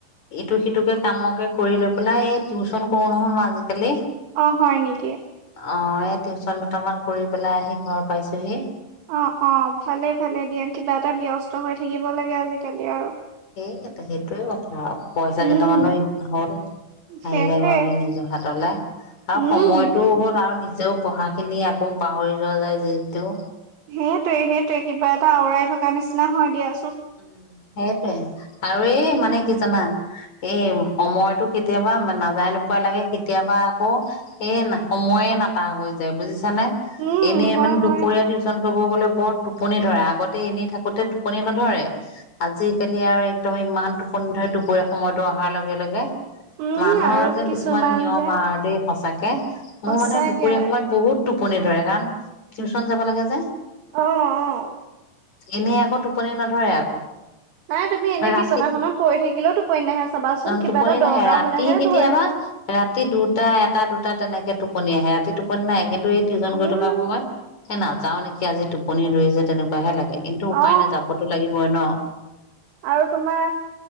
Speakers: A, on the left (about 40°); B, on the right (about 80°).
A: ইটো সিটোকে কামকে কৰি লৈ পেলাই এই টিউচন কৰো নহয় মই আজিকালি।
B: অ ', হয় নেকি?
A: অ ', এই টিউশচন দুটামান কৰি পেলাই আহি ঘৰ পাইছোহি।
B: অ', - অ', ভালে- ভালে দিয়া কিবা এটা ব্যস্ত হৈ থাকিব লাগে আজিকালি আৰু
A: সেই সেইটোয়ে কথা আৰু পইচা
B: উম
A: কেইটামানো হল
B: সেইটোৱে
A: আহিলে ঘৰলৈ নিজৰ হাতলৈ আৰু
B: উম
A: সময়টো হ'ল আৰু তেও পঢ়াখিনি আকৌ পাহৰি যোৱা যায় যিহেতু
B: সেইটোৱে -সেইটোৱে কিবা এটা আওৱাই থকা থ নিচিনা হয় দিয়া।
A: উম', সেইটোৱে। আৰু এই মানে কি জানা এই সময়তটো কেতিয়াবা নাযায় নোপোৱা লাগে, কেতিয়াবা আকৌ এই সময়ে না টা হৈ যায় বুজিছা নাই
B: উম
A: এনেই
B: হয়
A: মানে
B: হয়
A: দুপৰীয়া টিউশন ক'ব গ'লে বৰ টোপনি ধৰে আগতে এনেই থাকোতে টোপনি নধৰে। আজিকালি আৰু একদম ইমান টোপনি ধৰে দুপৰীয়া সময়তো অহাৰ লগে- লগে।
B: উম
A: মানুহৰ
B: আৰু
A: যে কিছুমান নিয়ম
B: যে
A: আৰু দ সঁচাকে কে',
B: সঁচাকে
A: মোৰ মানে দুপৰীয়া সময়ত বহুত টোপনি ধৰে কাৰণ টিউচন যাব লাগে যে
B: অ', - অ',
A: এনেই আকৌ টোপনি নধৰে আকৌ
B: নাই তুমি এনেই
A: ৰাতি
B: বিচনাখনত পৰি থাকিলেও টোপনি নাহে চাবাচোন কিবা
A: টোপনি
B: এটা
A: নাহে,
B: দৰকাৰ
A: ৰাতি
B: হলেহে
A: কেতিয়াবা
B: ধৰে
A: ৰাতি দুটা এটা দুটা তেনেকে টোপনি আহে ৰাতি টোপনি নাই? এইটো টিজন
B: উম
A: গৈ থকা সময়ত এ', নাযাও নেকি আজি টোপনি ধৰিছে তেনেকোৱাহে লাগে কিন্তু
B: অ
A: উপায় নাযাবতো লাগিব। হয় নঃ
B: আৰু তোমাৰ